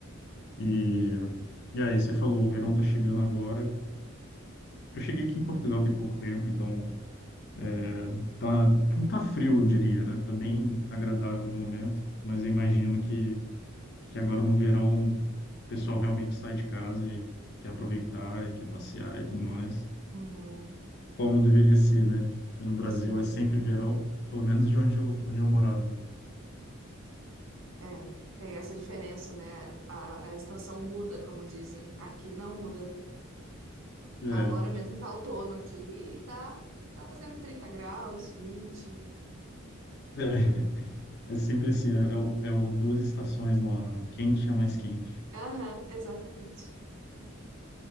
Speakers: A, on the left; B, on the right.
A: E e aí você falou, o verão tá chegando agora. Eu cheguei aqui em Portugal tem pouco tempo, então é, tá, não tá frio, eu diria, né? Tá bem agradável no momento, mas eu imagino que, que agora no verão o pessoal realmente sai de casa e quer aproveitar e quer passear e tudo mais,
B: Uhum.
A: como deveria ser, né? Que no Brasil
B: Sim.
A: é sempre verão, pelo menos de onde eu, onde eu morava.
B: É, tem essa diferença, né? A, a estação muda, como dizem. Aqui não muda.
A: É,
B: Agora mesmo tá outono aqui e tá, tá fazendo 30 graus, vinte
A: <laughs> é, é sempre assim, é, é, o- é o duas estações no ano, né? quente e a mais quente.
B: Aham, exatamente.